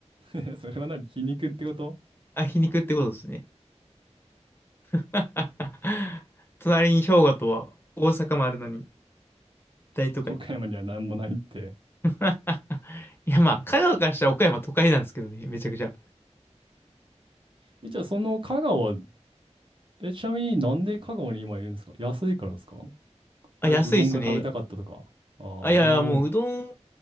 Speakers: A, on the right (about 45°); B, on the left (about 20°).
A: え、それは何皮肉ってこと
B: あ、皮肉ってことですね。<laughs> 隣に兵庫とは大阪もあるのに、大都会。
A: <laughs> 岡山には何もないって。
B: <laughs> いや、まあ、香川からしたら岡山都会なんですけどね、めちゃくちゃ。
A: え、じゃあその香川、え、ちなみになんで香川に今いるんですか安いからですか
B: あ、
A: あるいはうどんが食べたかったとか。
B: 安いっすね。
A: ああ、
B: あ、
A: 俺も、
B: いやいや、もううどん、う